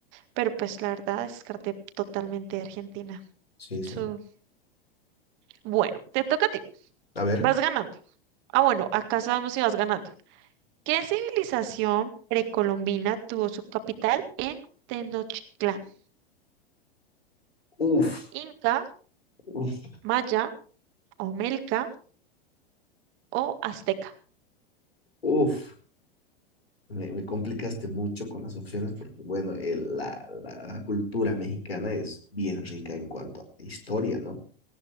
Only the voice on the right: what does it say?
Pero pues la verdad, descarté totalmente Argentina.
So, bueno, te toca a ti.
Vas ganando. Ah, bueno, acá sabemos si vas ganando. ¿Qué civilización precolombina tuvo su capital en Tenochtitlán?
¿Inca,
Maya, Olmeca o Azteca?